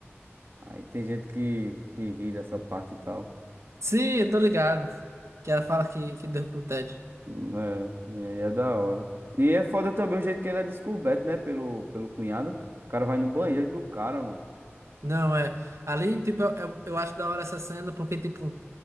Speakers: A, on the right; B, on the right.
A: Aí tem gente que, que ri dessa parte e tal.
B: Sim, eu tô ligado. Que ela fala que, que deu pro Ted.
A: Hum. É, e aí é da hora. E é foda também o jeito que ele é descoberto, né? Pelo, pelo cunhado. O cara vai no banheiro do cara, mano.
B: Não, é. Ali, tipo, eu, eu eu acho da hora essa cena, porque, tipo,